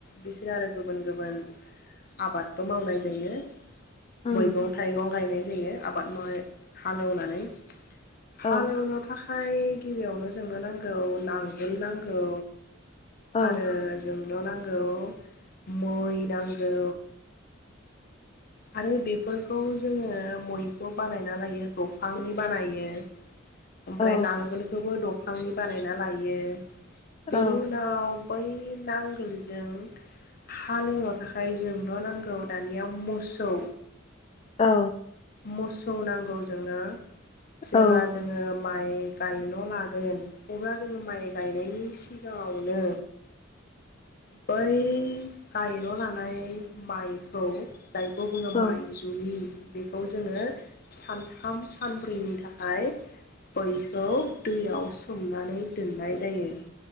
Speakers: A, on the left; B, on the left.
A: बिसोरो आरो गुबुन गुबुन आबादबो मावनाय जायो।
B: उम
A: मैगं थाइगं गायनाय जायो आबाद माव हालेवनानै
B: औ
A: हाल एवनो था फाय गिबियावनो जोंनो नांगौ नांगोल नांगौ
B: औ
A: आरो जोंल' नां औ मै नांगौ। आरो बेफोरखौ जोङो मै खौ बानायना लायो दफांनि बानायो। ओमफ्राय
B: औ
A: नांगोलखौबो दं फांनि बानायना लायो।
B: औ
A: बेनि उनाव बै नांगोलजों हालोवनो थाखाय जों न' नांगौ दानिया मुस सौ।
B: औ।
A: मोसौ नांगौ जोंनो। जेब्ला
B: औ
A: जोङो माइ गायन' लागोन अब्ला जोङो माइ गायनायनि सिगाङावनो बै गायन' लानाय माइखौ जाय खौ बुङो
B: औ
A: माइ जुुलि। <unintelligible> खौ जोङो सान थाम सानब्रैनि थाखाय बैखौ दैयाव सोमनानै दोननाय जायो।